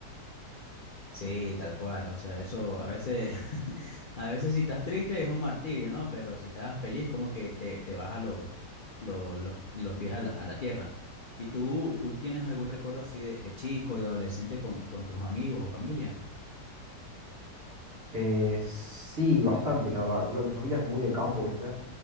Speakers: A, on the left; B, on the right.
A: Sí, tal cual, o sea, eso a veces, <laughs> a veces si estás triste es un martirio, ¿no? Pero si estás feliz como que te, te baja lo- lo- los, los pies a la, a la tierra. ¿Y tú, tú tienes algún recuerdo así de, de chico, de adolescente con, con tus amigos o familia?
B: Eh, sí, bastantes, la verdad. Bueno, mi familia es muy de campo, ¿viste?